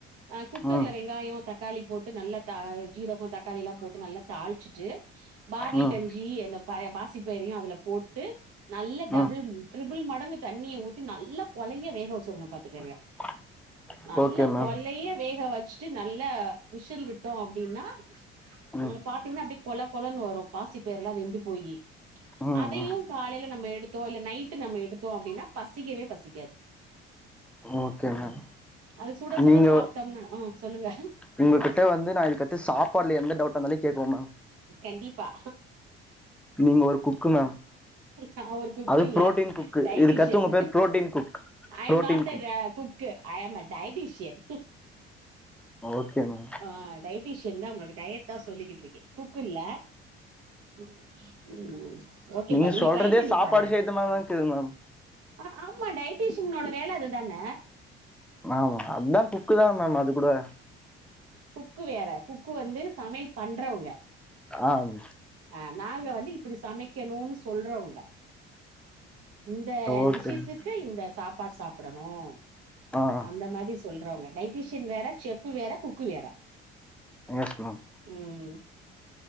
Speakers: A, on the right; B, in the centre.
A: ஆ குக்கர்ல
B: ம்
A: வெங்காயம் தக்காளி போட்டு நல்லா தா ஜீரகம் தக்காளி எல்லாம் போட்டு நல்லா தாளிச்சிட்டு பார்லி
B: ம்
A: கஞ்சி அந்த ப பாசிப்பயிரையும் அதுல போட்டு நல்ல டபுள்
B: ம்
A: ட்ருபிள் மடங்கு தண்ணிய ஊத்தி நல்லா கொழய வேக வச்சிருன்னு பாத்துக்கங்க
B: <unintelligible>
A: நல்ல
B: ஓகே மேம்
A: கொழய வேக வச்சிட்டு நல்ல விஷில் விட்டோம் அப்டின்னா அதுல
B: ம்
A: பாத்தீங்கன்னா அப்படி கொள கொளன் வரும் பாசி பயரெல்லா வெந்து போயி
B: ம்
A: அதயும்
B: ம்
A: காலயில நம்ம எடுத்தோம் இல்ல நைட்டு நம்ம எடுத்தோம் அப்டின்னா பசிக்கவே பசிக்காது
B: ஓகே மேம்
A: அது சுட சுட
B: நீங்க
A: சாப்ட்டோம்னா ஆன் சொல்லுங்க
B: உங்ககிட்ட வந்து நான் இதுக்கத்து சாப்பாட்ல எந்த டவுட்டாருந்தாலும் கேப்பே மேம்
A: கண்டிப்பா
B: நீங்க ஒரு குக்கு மேம்
A: நான் ஒரு குக்கு
B: அது
A: இல்ல
B: ப்ரோட்டீன் குக்கு
A: டயட்டீசியன்
B: இதுக்கடுத்து உங்க பேர் protein cook
A: I'm
B: protein
A: not the cook கு I'm a dietitian
B: okay ma'am
A: on dietitian தான் ஒங்களுக்கு டயட் தான் சொல்லிக்கிட்டு இருக்கே குக்கு இல்ல ம் <unintelligible>
B: நீங்க சொல்றதே
A: ட்ரை பண்ணி
B: சாப்பாடு
A: பாருங்க
B: செய்த மாரிதான் இக்குது மேம்
A: ஆ ஆமா டயட்டிசீயனோட வேல அதுதான
B: ஆமா அதான் குக்கு தான் மேம் அது கூட
A: குக்கு வேற குக்கு வந்து சமயல் பண்றவங்க
B: ஆம்
A: அன் நாங்க வந்து இப்டி சமக்கணு சொல்றவங்க இந்த
B: ஓகே
A: டிசிஸுக்கு
B: மேம்
A: இந்த சாப்பாடு சாப்டணும்
B: ஆ
A: அந்த மாரி சொல்றவங்க டயட்டீசியன் வேற ஷெஃப்பு வேற குக்கு வேற
B: எஸ் மேம்
A: ம்